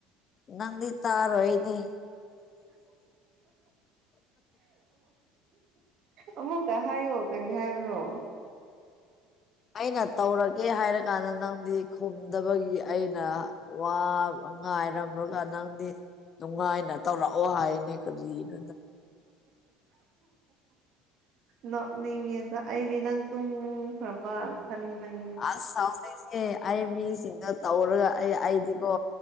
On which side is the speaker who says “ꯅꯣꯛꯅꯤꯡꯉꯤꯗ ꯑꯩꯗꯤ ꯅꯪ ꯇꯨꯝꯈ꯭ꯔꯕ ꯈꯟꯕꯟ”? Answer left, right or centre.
Right